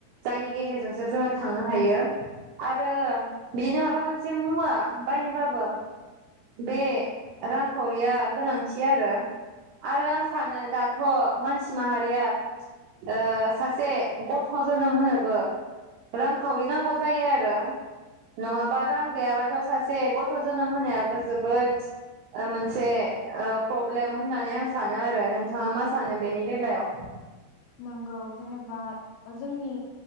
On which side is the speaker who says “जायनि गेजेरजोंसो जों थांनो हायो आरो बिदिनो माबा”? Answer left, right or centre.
Right